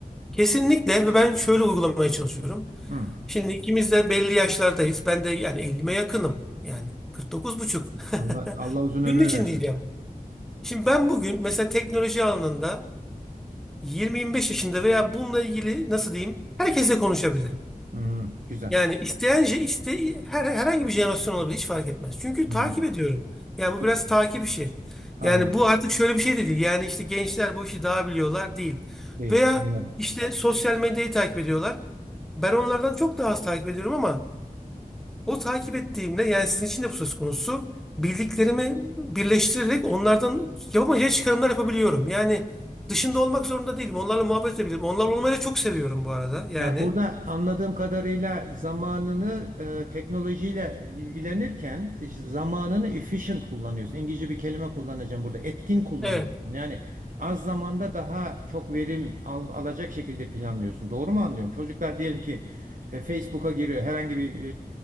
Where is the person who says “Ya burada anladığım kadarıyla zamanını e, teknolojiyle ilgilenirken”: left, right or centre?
Right